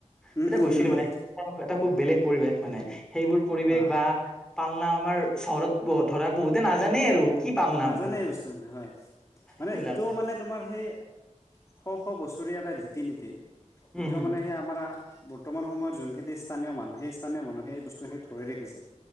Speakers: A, on the left (about 25°); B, in the centre.
A: উম,
B: তেতিয়া
A: উম,
B: গৈছিলো
A: উম,
B: মানে
A: উম।
B: এটা খুব বেলেগ পৰিৱেশ মানে সেইবোৰ পৰিৱেশ
A: অ
B: বা পালনাম আমাৰ চহৰত ধৰা বহুতে নাজানেই আৰু। কি পালনাম
A: নাজানে এই বস্তুখিনি হয় মানে
B: সেইবিলাক
A: ইটোও মানে তোমাৰ সেই শ শ বছৰীয়া এটা ৰীতি নীতি।
B: উম
A: এতিয়াও
B: হম
A: মানে সেই আমাৰ বৰ্তমান সময়ত যোনখিনি স্থানীয় মানুহ সেই স্থানীয় মানুহখিনিয়ে এই বস্তুখিনি ধৰি ৰাখিছে।